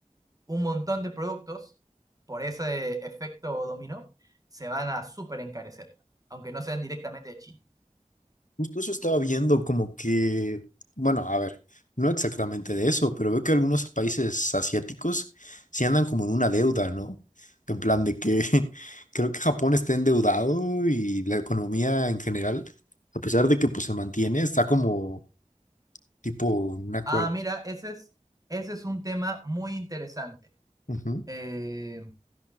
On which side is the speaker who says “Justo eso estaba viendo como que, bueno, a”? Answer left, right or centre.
Left